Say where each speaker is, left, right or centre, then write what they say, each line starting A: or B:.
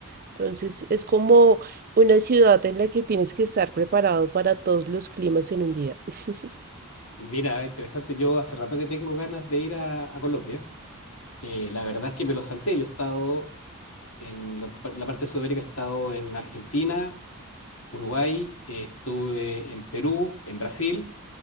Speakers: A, on the right; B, on the left.
A: Entonces es como una ciudad en la que tienes que estar preparado para todos los climas en un día. <laughs>
B: Mira, interesante. Yo hace rato que tengo ganas de ir a, a Colombia. Eh, la verdad es que me lo salté. Yo he estado en lo que par- la parte de Sudamérica, he estado en Argentina, Uruguay, eh, estuve en Perú, en Brasil.